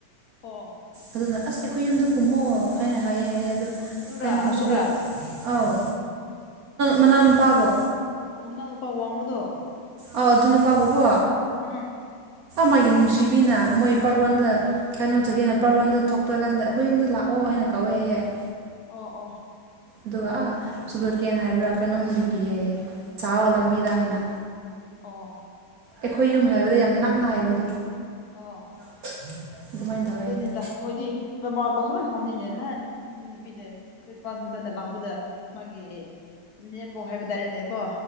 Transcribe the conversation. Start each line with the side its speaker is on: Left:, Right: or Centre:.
Left: ꯑꯣ
Right: ꯑꯗꯨꯅ ꯑꯁ ꯑꯩꯈꯣꯏ ꯌꯨꯝꯗ ꯀꯨꯝꯃꯣ ꯍꯥꯏꯅ ꯍꯥꯏꯌꯦ ꯍꯥꯏꯌꯦ ꯑꯗꯣ
Left: ꯑꯗꯨꯔꯥ
Right: ꯀꯩꯅꯣ
Left: ꯑꯗꯨꯔꯥ
Right: ꯁꯨ ꯑꯧ ꯃꯅꯥꯎꯅꯨꯄꯥꯕꯣ
Left: ꯑ ꯃꯅꯥꯎꯄꯥꯎ ꯋꯥꯡꯕꯗꯣ
Right: ꯑꯥꯎ ꯑꯗꯨꯅ ꯄꯥꯕꯀꯣ
Left: ꯎꯝ
Right: ꯃꯥꯒꯤ ꯅꯨꯡꯁꯤꯕꯤꯅ ꯃꯣꯏ ꯄꯔꯋꯥꯟꯗ ꯀꯩꯅꯣ ꯆꯒꯦꯅ ꯄꯔꯋꯥꯟꯗ ꯊꯣꯛꯄ ꯀꯥꯟꯗ ꯑꯩꯈꯣꯏ ꯌꯨꯝꯗ ꯂꯥꯛꯑꯣ ꯍꯥꯏꯅ ꯀꯧꯋꯦ ꯍꯥꯏꯌꯦ ꯫
Left: ꯑꯣ ꯑꯣ
Right: ꯑꯗꯨꯒ ꯑꯥ ꯁꯨꯒꯔꯀꯦꯟ ꯍꯥꯏꯕ꯭ꯔꯥ ꯀꯩꯅꯣꯝꯃꯗꯤ ꯄꯤꯌꯦ ꯍꯥꯏꯌꯦ ꯆꯥꯎ
Left: ꯑꯣ
Right: ꯂꯝꯕꯤꯗ ꯍꯥꯏꯅ꯫
Left: ꯑꯣ
Right: ꯑꯩꯈꯣꯏ ꯌꯨꯝ
Left: ꯑꯁ
Right: ꯍꯥꯏꯕꯗ ꯌꯥꯝ ꯅꯛꯅ ꯍꯥꯏꯕꯗꯣ
Left: ꯑꯣ
Right: <unintelligible> ꯇꯧꯋꯦ
Left: ꯗꯨꯅꯤꯗ
Right: ꯍꯥꯏꯌꯦ
Left: ꯃꯣꯏꯗꯤ ꯃꯃꯥ ꯃꯄꯥꯁꯨ ꯂꯣꯏꯅ ꯈꯪꯕꯅꯤꯅꯦ ꯅꯍꯥꯟ ꯗꯨ ꯅꯨꯄꯤꯅ ꯈ꯭ꯔꯤꯁꯃꯥꯁ <unintelligible> ꯂꯥꯛꯄꯗ ꯃꯥꯒꯤ ꯅꯦꯝꯕꯣꯛ ꯍꯥꯏꯕ ꯇꯥꯔꯦꯅꯦ ꯀꯣ꯫